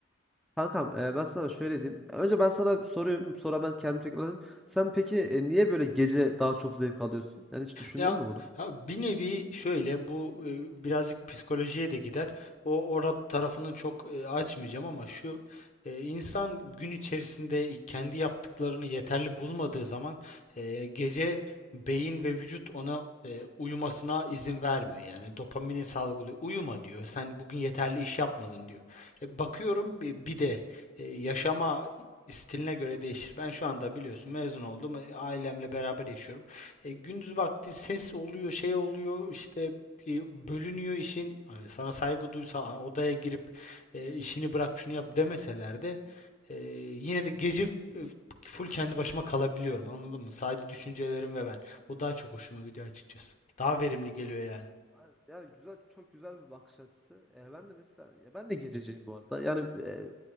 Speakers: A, in the centre; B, on the left.
A: kankam e, ben sana şöyle diyeyim. Önce ben sana bir sorayım, sonra ben kendim tekrarlayayım. Sen peki e, niye böyle gece daha çok zevk alıyorsun? Yani hiç düşündün
B: Ya,
A: mü bunu?
B: ha, bir nevi şöyle bu e, birazcık psikolojiye de gider. O orada tarafını çok e, açmayacağım ama şu e, insan gün içerisinde kendi yaptıklarını yeterli bulmadığı zaman e, gece beyin ve vücut ona e, uyumasına izin vermiyor. Yani dopamini salgılıyor. Uyuma diyor. Sen bugün yeterli iş yapmadın diyor. E, bakıyorum bir bir de e, yaşama stiline göre değişir. Ben şu anda biliyorsun mezun oldum. E, Ailemle beraber yaşıyorum. E, gündüz vakti ses oluyor, şey oluyor, işte e, bölünüyor işin. Hani sana saygı duysa a- odaya girip e, işini bırak şunu yap demeseler de e, yine de gece f- e, full kendi başıma kalabiliyorum. Anladın mı? Sadece düşüncelerim ve ben. O daha çok hoşuma gidiyor açıkçası. Daha verimli geliyor yani.
A: Aynen. Yani güzel çok güzel bir bakış açısı. E, ben de mesela ya ben de gececiyim bu arada. Yani e,